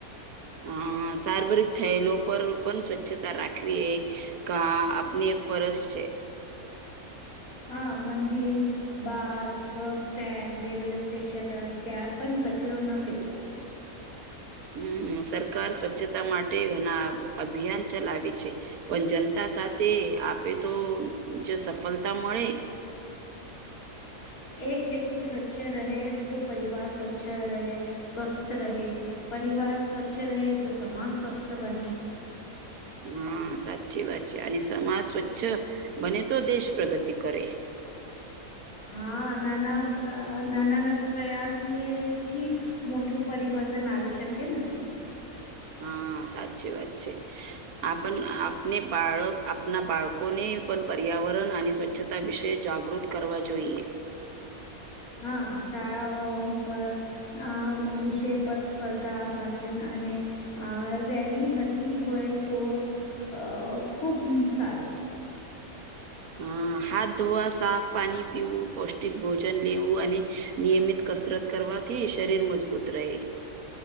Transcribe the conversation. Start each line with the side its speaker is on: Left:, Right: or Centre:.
Right: અ સાર્વરિક થયેલો પર પણ સ્વચ્છતા રાખવી એ ક આપની ફરજ છે.
Left: હા મંદિર બાગ, બસ સ્ટેન્ડ, રેલ્વે સ્ટેશન ત્યાં પણ કચરો ના ફેકો
Right: હમ સરકાર સ્વચ્છતા માટે ઘણા અભિયાન ચલાવે છે પણ જનતા સાથે આપે તો જ સફલતા મળે
Left: એક વ્યક્તિ સ્વચ્છ રહે તો પરિવાર સ્વચ્છ રહે સ્વસ્થ રહે પરિવાર સ્વચ્છ રહે તો સમાજ સ્વસ્થ બને
Right: હા સાચી વાત છે અને સમાજ સ્વચ્છ બને તો દેશ પ્રગતિ કરે.
Left: હા નાના નાનાના પ્રયાસનેથી મોટું પરિવર્તન આવી શકે ને
Right: હા સાચી વાત છે આપ આપને બાળક આપના બાળકોને પણ પર્યાવરણ અને સ્વચ્છ તાં વિશે જાગૃત કરવા જોઈએ.
Left: હા શાળા ઓ પ આ વિષય પર સ્પર્ધા ભાષણ અને અ- રેલી હતી હોય તો અ ખુબ સારું
Right: અ હાથ ધોવા સાફ પાણી પીવું પૌષ્ટિક ભોજન લેવું અને નિયમિત કસરત કરવાથી શરીર મજબૂત રહે